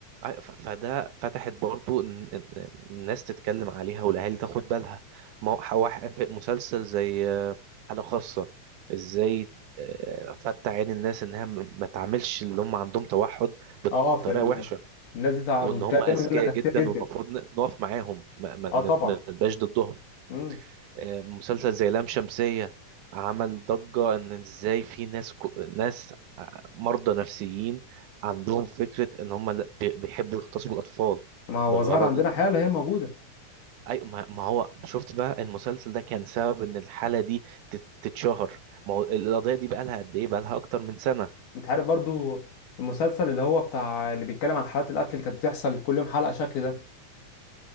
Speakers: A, on the right; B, on the left.
A: ف- فده فتحت برضو إن- إن الناس تتكلم عليها والاهالي تاخد بالها ما هو ح- واحد- في مسلسل زي آه، حالة خاصة ازاي آه، فتح عين الناس انها م- ما تعملش اللي هم عندهم توحد
B: اه في
A: بطريقة
B: ال...
A: وحشة
B: الناس دي تع-
A: وان هم اذكياء
B: دايما يقول لك
A: جدا
B: كتير جدا
A: والمفروض ن- نقف معاهم ما ما
B: اه طبعا
A: نبقاش ضدهم
B: امم
A: آه، مسلسل زي لام شمسية عمل ضجة ان ازاي في ناس كو... ناس آه، مرضى نفسيين عندهم فكرة ان هم لا- بي- بيحبوا يغتصبوا الاطفال
B: ما هو
A: بغرض
B: ظهر عندنا حاله هي موجوده
A: اي ما ما هو شفت بقى المسلسل ده كان سبب ان الحالة دي تت- تتشهر ما هو القضية دي بقى لها قد ايه بقى لها اكتر من سنة
B: انت عارف برضو المسلسل اللي هو بتاع اللي بيتكلم عن حالات القتل اللي كانت بتحصل كل يوم حلقه شكل ده